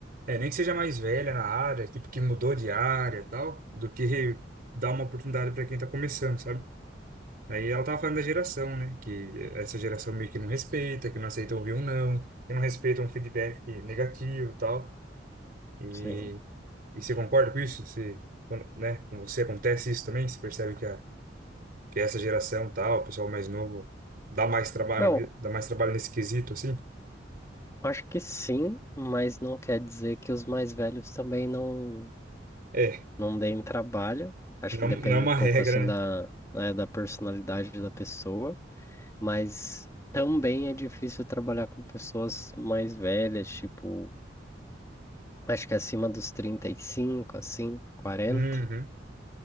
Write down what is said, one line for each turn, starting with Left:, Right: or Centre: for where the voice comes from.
Right: é, nem que seja mais velha na área, tipo, que mudou de área e tal, do que dar uma oportunidade para quem tá começando, sabe? Aí ela tava falando da geração, né? Que essa geração meio que não respeita, que não aceita ouvir um não, que não respeita um feedback negativo e tal. E,
Left: sim.
Right: e você concorda com isso? Você, quando- né, com você acontece isso também? Você percebe que, a, que essa geração tal, o pessoal mais novo, dá mais trabalho,
Left: Eu
Right: dá mais trabalho nesse quesito, assim?
Left: acho que sim, mas não quer dizer que os mais velhos também não.
Right: É,
Left: não deem trabalho. Acho
Right: não,
Left: que depende
Right: não é uma
Left: um pouco
Right: regra,
Left: assim da,
Right: né?
Left: né, da personalidade da pessoa, mas também é difícil trabalhar com pessoas mais velhas, tipo, acho que acima dos 35 assim, quarenta
Right: Uhum,